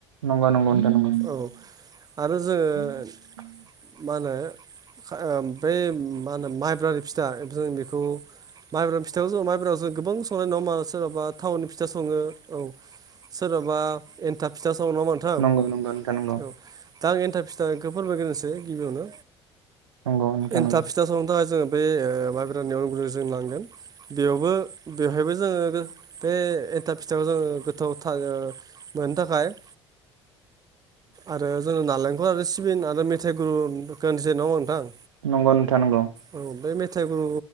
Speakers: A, on the right (about 85°); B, on the right (about 25°).
A: नंगौ नंगौ नोंथां नंगौ <unintelligible>
B: औ आरो जोङो मा होनो ओ बै मा होनो माइब्रानि फिथा जों बेखौ माइब्रा फिथा जों माइब्रा जों गोबां सङो नङा होमबा सोरहाबा थावनि फिथा सङो औ सोरहाबा एन्थाब फिथा सङो नङा होमबा नोंथां
A: नंगौ नंगौ नोंथां नंगौ
B: औ दा एन्थाब फिथाखो फोरमायग्रोनोसै गिबियावनो।
A: नंगौ नोंथां
B: एन्थाब
A: नंगौ
B: फिथा संनो थाखाय जोङो बे ओ माइब्रा <unintelligible> जों नांगोन बेयावबो बेवहायबो जोङो बे एन्थाब फिथाइखौ जोङो गोथाव था ओ मोननो थाखाय आरो जोङो नारेंखल आरो सिबिन आरो मे थाइगुरु गोन जे नङा होमबा नोंथां
A: नंगौ नोंथां नंगौ
B: औ बे मे थाइ गुर